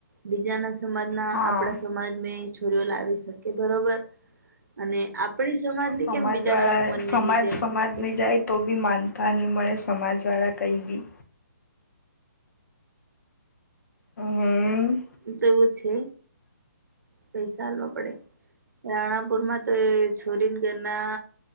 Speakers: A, on the right (about 75°); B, on the left (about 60°).
A: બીજા ના સમાજના
B: હા
A: આપડા સમાજમે દુહલન આવી શકે. કે બરોબર અને આપડી સમાજ
B: સમાજવાળા
A: ને કેમ બીજા ના સમાજમાં
B: સમાજ
A: નહી જાય
B: સમાજની
A: શકે.
B: જાય તો બી માનતા નહીં મળે સમાજવાળા કંઈ બી. હ
A: તો એવું છે પૈસા આલવા પડે. રાણાપુર માં તો એ છોરી ના ઘરના.